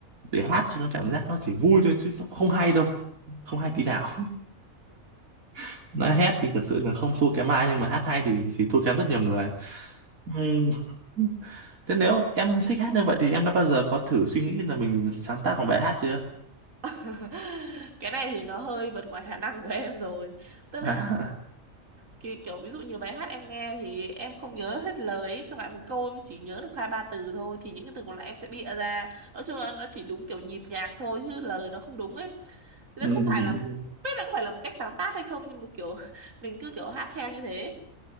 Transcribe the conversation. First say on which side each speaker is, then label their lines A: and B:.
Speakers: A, on the right (about 85°); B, on the right (about 70°).
A: để hát cho nó cảm giác nó chỉ vui thôi chứ nó không hay đâu không hay tí nào <laughs> nói hét thì thật sự là không thua kém ai nhưng mà hát hay thì thì thua kém rất nhiều người Ừm, <laughs> thế nếu em thích hát như vậy thì em đã bao giờ có thử suy nghĩ là mình sáng tác một bài hát chưa
B: <laughs> cái này thì nó hơi vượt ngoài khả năng của em rồi tức
A: <laughs>
B: Kiểu, kiểu ví dụ nhiều bài hát em nghe thì em không nhớ hết lời ấy. Chẳng hạn một câu em chỉ nhớ được hai ba từ thôi thì những cái từ còn lại em sẽ bịa ra nói chung là nó chỉ đúng kiểu nhịp nhạc thôi chứ lời nó không đúng ấy Thế nên
A: Ừm,
B: không phải là không biết là có phải là một cách sáng tác hay không nhưng mà kiểu <laughs> mình cứ kiểu hát theo như thế